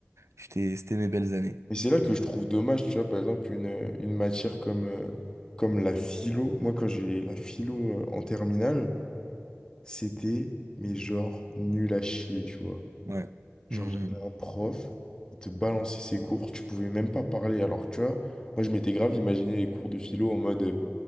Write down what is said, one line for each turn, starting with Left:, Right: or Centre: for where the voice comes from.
Right: J'étais, c'était mes belles années.
Left: Et c'est là que je trouve dommage, tu vois, par exemple, une, euh, une matière comme, euh, comme la philo. Moi, quand j'ai la philo euh, en terminale, c'était, mais genre, nul à chier, tu vois.
Right: Ouais.
Left: Genre,
Right: Hmm.
Left: j'avais un prof, il te balançait ses cours, tu pouvais même pas parler. Alors, que, tu vois, moi, je m'étais grave imaginé les cours de philo en mode, euh,